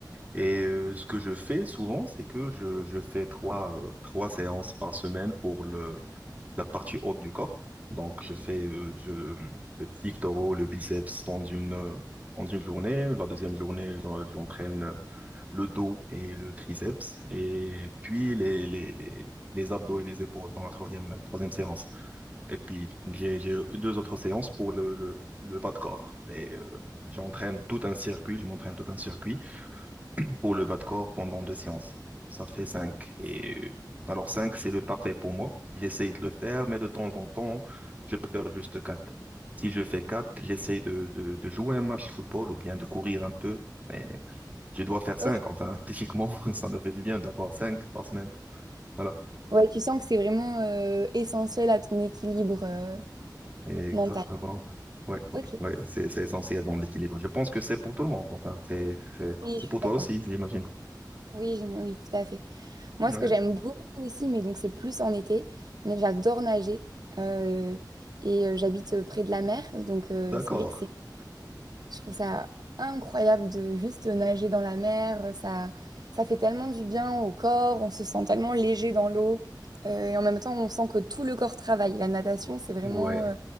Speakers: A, on the right; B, on the right.
A: Et euh, ce que je fais souvent, c'est que je, je fais trois, euh, trois séances par semaine pour le, la partie haute du corps. Donc, je fais euh, je, le pectoraux, le biceps dans une, euh, dans une journée. La deuxième journée, j'en- j'entraîne le dos et le triceps, et puis les, les, les, les abdos et les épaules dans la troisième, troisième séance. Et puis, j'ai, j'ai deux autres séances pour le, le, le bas de corps. Mais euh, j'entraîne tout un circuit, je m'entraîne tout un circuit pour le bas de corps pendant deux séances. Ça fait cinq. Et euh, alors, cinq, c'est le parfait pour moi. J'essaye de le faire, mais de temps en temps, je peux faire juste quatre. Si je fais quatre, j'essaye de, de, de jouer un match de football ou bien de courir un peu. Mais je dois faire
B: Ok.
A: cinq. Enfin, typiquement, <laughs> ça me fait du bien d'avoir cinq par semaine. Voilà.
B: Ouais, tu sens que c'est vraiment euh, essentiel à ton équilibre euh,
A: Exactement.
B: mental.
A: Ouais, ouais,
B: Ok,
A: ouais. C'est, c'est essentiel dans l'équilibre. Je pense que c'est pour tout le monde. Enfin, c'est, c'est,
B: oui,
A: c'est
B: je
A: pour
B: suis
A: toi
B: d'accord.
A: aussi, j'imagine.
B: Oui, j'aime- oui, tout à fait. Moi,
A: Ouais.
B: ce que j'aime beaucoup aussi, mais donc c'est plus en été, mais j'adore nager. Euh, et euh, j'habite euh, près de la mer, donc euh,
A: D'accord.
B: c'est vrai que c'est, je trouve ça incroyable de juste nager dans la mer. Ça, ça fait tellement du bien au corps, on se sent tellement léger dans l'eau. Euh, et en même temps, on sent que tout le corps travaille. La natation, c'est vraiment
A: Ouais,
B: euh,